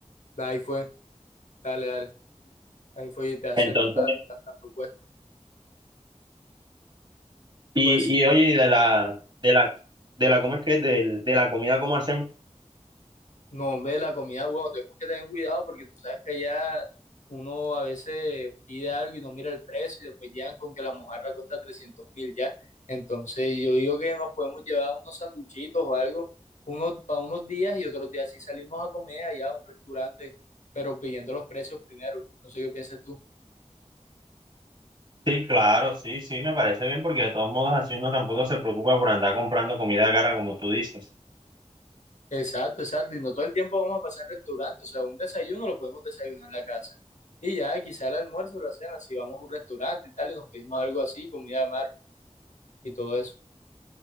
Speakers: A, on the left; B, on the right.
A: ahí fue, dale, dale, ahí fue y te acepto
B: Entonces,
A: la propuesta.
B: y,
A: Pues
B: y oye, y de la, de la, de la, ¿cómo es que? es? Del- De, la comida, ¿cómo hacemos?
A: No, hombre, la comida, bueno, tenemos que tener cuidado porque tú sabes que allá uno a veces pide algo y no mira el precio y después llegan con que la mojarra cuesta trescientos mil ya. Entonces yo digo que nos podemos llevar unos sanduchitos o algo, unos para unos días y otros días sí salimos a comer allá a un restaurante, pero pidiendo los precios primero. No sé qué piensas tú.
B: Sí, claro, sí, sí, me parece bien porque de todos modos así uno tampoco se preocupa por andar comprando comida cara como tú dices.
A: Exacto, exacto. Y no todo el tiempo vamos a pasar en restaurante. O sea, un desayuno lo podemos desayunar en la casa. Y ya quizá el almuerzo o la cena, si vamos a un restaurante y tal, y nos pedimos algo así, comida de mar. y todo eso.